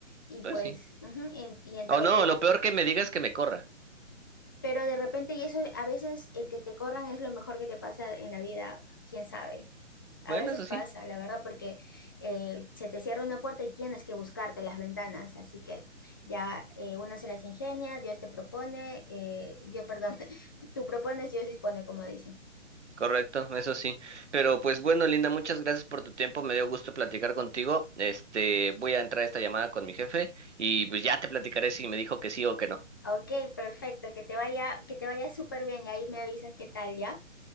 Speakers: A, on the left (about 15°); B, on the right (about 65°).
A: Y
B: pues
A: pues,
B: sí.
A: ujú, y, en- y en todo-
B: O no,
A: y en-
B: lo peor que me digas es que me corra.
A: pero de repente, y eso a veces el que te corran es lo mejor que te pasa en la vida, quién sabe. A
B: Bueno,
A: veces
B: eso
A: pasa,
B: sí,
A: la verdad, porque eh, se te cierra una puerta y tienes que buscarte las ventanas, así que ya eh, una se las ingenia, Dios te propone, eh, Dios, perdón, <laughs> tú propones, Dios dispone, como dicen.
B: correcto, eso sí. Pero pues bueno, Linda, muchas gracias por tu tiempo, me dio gusto platicar contigo. Este, voy a entrar a esta llamada con mi jefe y pues ya te platicaré si me dijo que sí o que no.
A: Ok, perfecto, que te vaya, que te vaya súper bien, ahí me avisas qué tal, ¿ya?